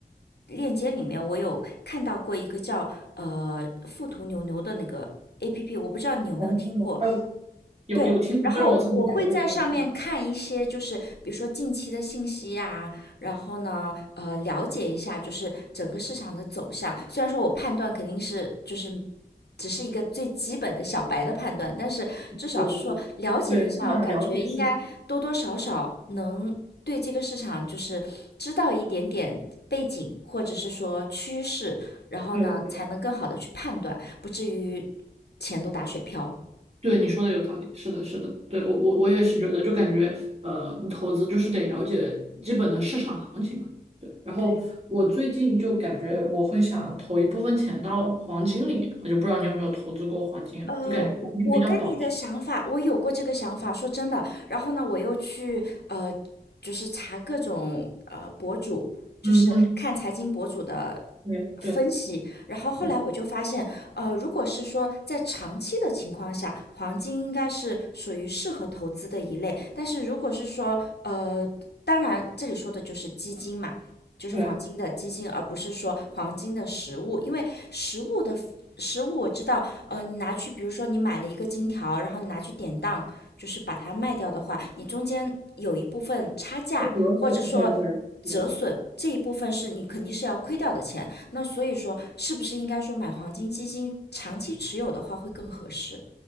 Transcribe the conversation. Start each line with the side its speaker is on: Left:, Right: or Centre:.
Left: 链接里面，我有看到过一个叫呃“富途牛牛”的那个 APP，我不知道你有没有听过。
Right: 哦，哎，有有听，
Left: 对，然后我会在上面看一些，
Right: 虽然我自己没有用这个，嗯
Left: 就是比如说近期的信息呀、然后呢，呃，了解一下就是整个市场的走向。虽然说我判断肯定是就是只是一个最基本的小白的判断，但是至少是说了解一下，
Right: 对对对，这样了解市场，
Left: 我感觉应该多多少少能对这个市场就是知道一点点背景，或者是说趋势，然后呢，
Right: 对对。
Left: 才能更好的去判断，不至于钱都打水漂。
Right: 对你说的有道理，是的，是的，对我我我也是觉得，就感觉呃，你投资就是得了解基本的市场行情嘛。对，然后我最近就感觉我会想投一部分钱到黄金里面，
Left: 对。
Right: 我就不知道你有没有投资过黄金啊就感觉黄金比较保值。
Left: 呃，我我跟你的想法，我有过这个想法，说真的。然后呢，我又去呃，就是查各种呃博主，就是看财经博主的
Right: 嗯哼，对对
Left: 分析。然后后来我就发现，
Right: 对
Left: 呃，如果是说在长期的情况下，黄金应该是属于适合投资的一类。但是如果是说呃，当然这里说的就是基金嘛，就是黄金的基金，
Right: 对，
Left: 而不是说黄金的实物，因为实物的实物我知道，呃，你拿去，比如说你买了一个金条，然后你拿去典当，就是把它卖掉的话，你中间有一部分差价，
Right: 会折损，
Left: 或者说
Right: 对对，
Left: 折损这一部分是你肯定是要亏掉的钱。
Right: 是的。
Left: 那所以说，是不是应该说买黄金基金长期持有的话会更合适